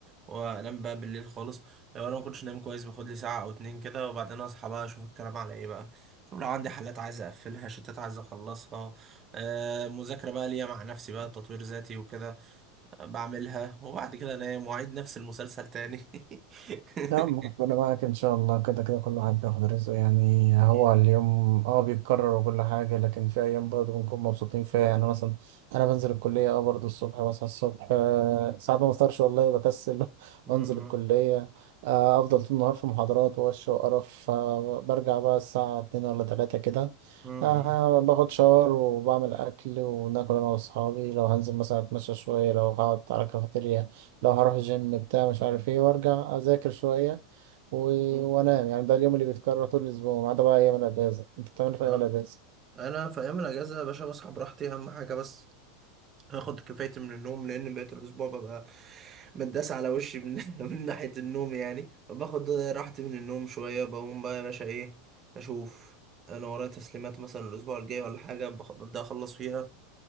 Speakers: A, on the right; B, on the right.
A: وانام بقى بالليل خالص لو انا ما كنتش نايم كويس باخد لي ساعه او اتنين كده وبعدين اصحى بقى اشوف الكلام على ايه بقى شوف لو عندي حالات عايز اقفلها شتات عايز اخلصها آه مذاكره بقى ليا مع نفسي بقى تطوير ذاتي وكده آه، بعملها وبعد كده انام واعيد نفس المسلسل تاني <laughs>
B: نعم ربنا معك إن شاء الله كده كده كل واحد بياخد رزقه يعني
A: أكيد
B: هو اليوم اه بيتكرر وكل حاجة لكن في أيام برضه بنكون مبسوطين فيها يعني مثلا أنا بنزل الكلية اه برضه الصبح بصحى الصبح آه، ساعات ما بفطرش والله بكسل <laughs>
A: م-
B: وأنزل
A: م-
B: الكلية آه، أفضل طول النهار في محاضرات ووش وقرف آه، برجع بقى الساعة اتنين ولا تلاتة كده
A: م-
B: آه، باخد شاور وبعمل أكل وناكل أنا وأصحابي لو هنزل مثلا أتمشى شوية لو هقعد على الكافيتيريا لو هروح الجيم بتاع مش عارف ايه وارجع اذاكر شوية و...
A: م- م.
B: وانام يعني ده اليوم اللي بيتكرر طول الاسبوع ما عدا بقى ايام الاجازة انت بتعمل إيه في ايام
A: اه
B: الاجازة
A: انا في ايام الاجازه يا باشا بصحى براحتي اهم حاجه بس هاخد كفايتي من النوم لان بقيت الاسبوع ببقى متداس على وشي من, <laughs> من ناحيه النوم يعني باخد راحتي من النوم شويه بقوم بقى يا باشا ايه اشوف انا ورايا تسليمات مثلا الاسبوع الجاي ولا حاجه بخ- ببدا اخلص فيها